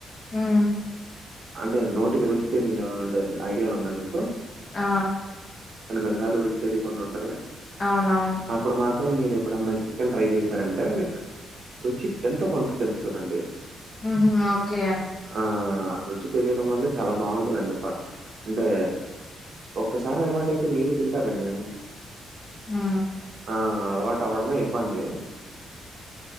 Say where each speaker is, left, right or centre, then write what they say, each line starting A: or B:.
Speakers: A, on the left (about 30°); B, on the right (about 45°).
A: ఉమ్
B: అంటే నోటికి రుచి తెలియని తింటె ఐడియా ఉందా మీకు
A: ఆ
B: కొన్ని కొన్నిసార్లు రుచి తెలియకుండా ఉంటది
A: అవునవును
B: అప్పుడు మాత్రం మీరు ఎప్పుడన్నా చికెన్ ట్రై చేశారంటే లైక్ రుచికి ఎంత కొంత తెలుస్తదండి.
A: ఉహు ఓకే
B: ఆ రుచి తెలియడం వల్ల చాల బాగుంటుందండి అంటే ఒక్కసారి అలవాటు అయితే మీరు తింటారండి ఆ
A: ఆ
B: ఆ అలవాటు అవ్వడమే ఇబ్బంది